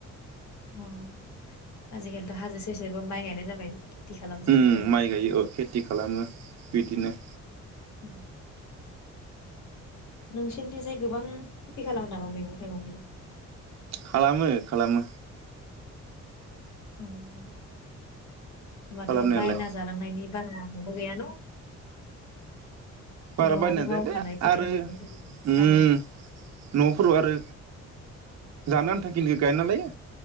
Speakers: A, on the left (about 70°); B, on the right (about 60°).
A: अ आजिखालिथ' हाजो ससेबो माइ गायनाय जाबाय न खालामजोबनाय
B: उम
A: जाबाय
B: माइ गायो ओ खेथि खालामो बिदिनो
A: औ नोंसिनि थिंजाय गोबां खेथि खालामो नामा मैगं थाइगंनि
B: खालामो खालामो
A: अ होनोमबाथ'
B: खालामनायालाय
A: बायना जानांनायनि बारा गैया न
B: बारा
A: न'आवनो
B: बायनानै जाया
A: मावखानाय
B: दे
A: खेथि
B: आरो
A: खालामनाय
B: उम
A: खालाम
B: न'फोराव आरो जानो आन्था खिनिखौ गायना लायो